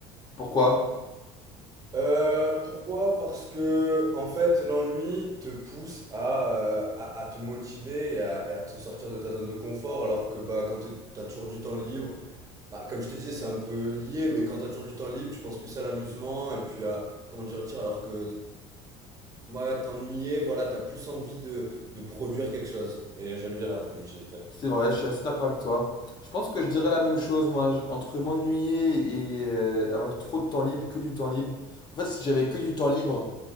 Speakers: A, on the left; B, on the right.
A: Pourquoi?
B: Euh, pourquoi? Parce que en fait, l'ennui te pousse à, euh, à, à te motiver et à, et à te sortir de ta zone de confort, alors que bah, quand t'es- t'as toujours du temps libre, bah, comme je te disais, c'est un peu lié, mais quand t'as toujours du temps libre, tu penses plus à l'amusement et puis à comment dire, tiens, alors que moi, t'ennuyer, voilà, t'as plus envie de, de produire quelque chose. Et j'aime bien la productivité.
A: C'est vrai, je suis assez d'accord avec toi. Je pense que je dirais la même chose, moi, Je- entre m'ennuyer et euh, avoir trop de temps libre, que du temps libre. En fait, si j'avais que du temps libre,